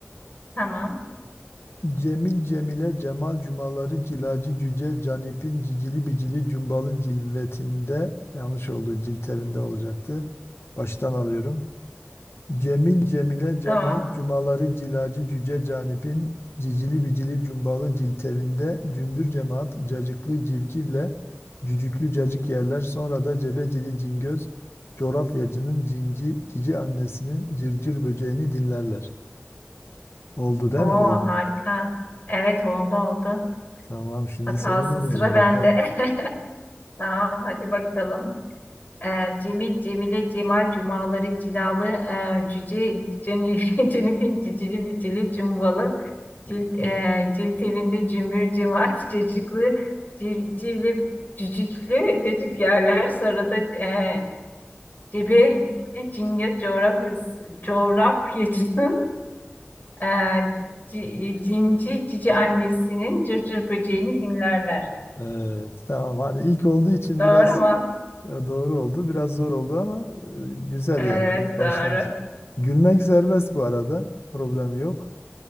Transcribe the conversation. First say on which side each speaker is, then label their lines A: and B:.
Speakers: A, on the left; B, on the left.
A: tamam,
B: Cemil Cemile Cemal Cumaları Cilacı Cüce Canip'in Cicili Bicili Cumbalı Cilvetinde yanlış oldu ciltevinde olacaktı. Baştan alıyorum. Cemil Cemile Cemal
A: tamam.
B: Cumaları Cilacı Cüce Canip'in Cicili Bicili Cumbalı Ciltevinde Cümbür Cemaat Cacıklı Civcivle Cücüklü Cacık yerler sonra da Cebecili Cingöz coğrafyacının cinci cici annesinin cırcır böceğini dinlerler. Oldu değil
A: Oo,
B: mi? Oldu.
A: harika. Evet, oldu oldu.
B: Tamam şimdi
A: Hatası
B: seni dinleyelim
A: sıra bende.
B: bakalım.
A: <laughs> Tamam, hadi bakalım. E, Cemil, Cemile, Cemal, Cumaları, Cilalı, e, Cüce, Ceni, <laughs> Cenifin, Cicili, Bicili, Cumbalı. Cilt, e, cilt evinde cümbür cemaat <laughs> cacıklı civcivli cücüklü cacık yerler sonra da e, cebe cildi cinge coğrafyası, coğrafyacının e, ci- cinci cici annesinin cırcır böceğini dinlerler.
B: Evet tamam hadi ilk olduğu için
A: Doğru
B: biraz
A: mu?
B: Ya doğru oldu. Biraz zor oldu ama e, güzel
A: Evet
B: yani ilk başlangıç.
A: doğru.
B: Gülmek serbest bu arada. Problem yok.